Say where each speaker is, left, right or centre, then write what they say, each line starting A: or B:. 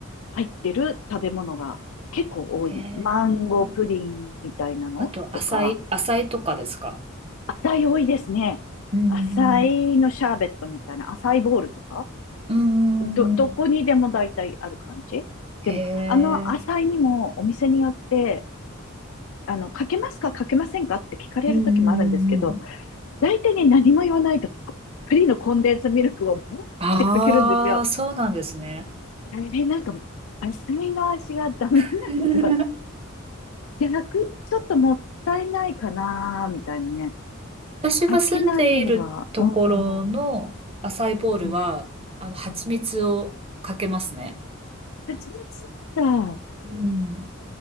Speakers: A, on the left (about 75°); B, on the right (about 30°).
A: 入ってる食べ物が結構多い。
B: へえ。
A: マンゴープリンみたいなのとか、
B: あと、浅い、浅いとかですか
A: 浅い多いですね。
B: うん。
A: 浅いのシャーベットみたいな、浅いボールとか、
B: うん。
A: ど、どこにでも大体ある感じ。
B: へえ。
A: でも、あの浅いにもお店によって、あの、かけますか、かけませんかって聞かれる時もあるんですけど、
B: うんうんうんうん。
A: 大体ね、何も言わないと、フリーのコンデンスミルクをブワーってかけるんですよ。
B: ああ、そうなんですね。
A: あれ、なんか、浅いの味がダメなんでゃよ。
B: <laughs>
A: 逆にちょっともったいないかな、みたいなね。
B: 私が住んでいるところのアサイーボールは、
A: かけない方が、うん、うん、
B: あの、蜂蜜をかけますね。
A: うん。<laughs> 蜂蜜なんだ。
B: うん。